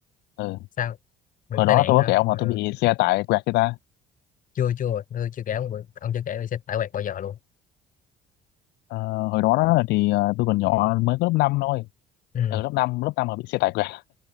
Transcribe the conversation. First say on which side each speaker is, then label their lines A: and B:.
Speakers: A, on the left (about 80°); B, on the left (about 50°).
A: ừ.
B: sao bị
A: hồi
B: tai
A: đó
B: nạn
A: tôi
B: hả
A: có kể ông
B: Ờ,
A: là tôi bị xe tải quẹt người ta
B: chưa chưa tôi chưa kể ông bị- ông chưa kể tôi sẽ tải quẹt bao giờ luôn
A: Ờ, hồi đó, đó thì ờ, tôi còn nhỏ mới có lớp 5 thôi
B: ừ,
A: ở lớp năm lớp năm mà bị xe tải quẹt